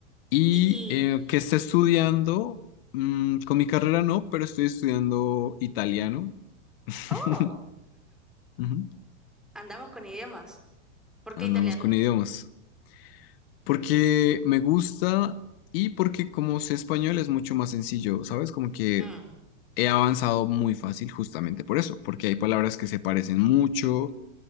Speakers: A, on the left; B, in the centre.
A: Y
B: Y...
A: eh, que esté estudiando, mm, con mi carrera no, pero estoy estudiando italiano. <laughs>
B: Oh,
A: Ujú.
B: andamos con idiomas. ¿Por qué
A: Andamos
B: italiano?
A: con idiomas. Porque me gusta y porque como sé español es mucho más sencillo, ¿sabes? Como que
B: Mm,
A: he avanzado muy fácil justamente por eso, porque hay palabras que se parecen mucho